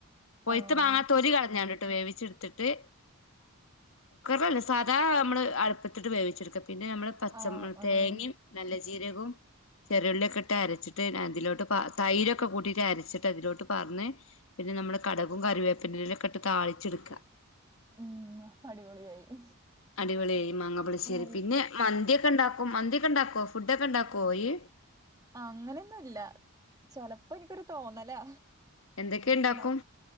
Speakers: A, on the left; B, on the right.
A: പൊയ്ത്ത
B: ആഹ്
A: മാങ്ങാ തൊലി കളഞ്ഞാണ്ടിട്ട് വേവിച്ചെടുത്തിട്ട്, കുക്കറിലല്ല സാധാ നമ്മള് അടുപ്പത്തിട്ട് വേവിച്ചെടുക്ക പിന്നെ നമ്മള് പച്ച
B: ആഹ്
A: തേങ്ങയും
B: ആഹ്
A: നല്ല ജീരകവും, ചെറിയുള്ളിയൊക്കെ ഇട്ട് അരച്ചിട്ട് അതിലോട്ട് പാ തൈരൊക്കെ കൂട്ടിയിട്ട് അരച്ചിട്ട് അതിലോട്ട് പകർന് പിന്നെ നമ്മള് കടകും കറിവേപ്പിനും ഒക്കെ ഇട്ട് താളിച്ചെടുക്ക.
B: ഉം അപ്പൊ അടിപൊളിയായി
A: അടിപൊളിയായി മാങ്ങപ്പുളിശ്ശേരി
B: നല്ല
A: പിന്നെ മന്തിയൊക്കെ ഇണ്ടാക്ക. ഉം മന്തിയൊക്കെ ഇണ്ടാക്കോ ഫുഡ് ഒക്കെ ഉണ്ടാക്കോ ഇയ്യ്?
B: അങ്ങനെയൊന്നുല്ല ചെലപ്പോ എനിക്കൊരു തോന്നലാ.
A: എന്തെക്കെ ഇണ്ടാക്കും?
B: മ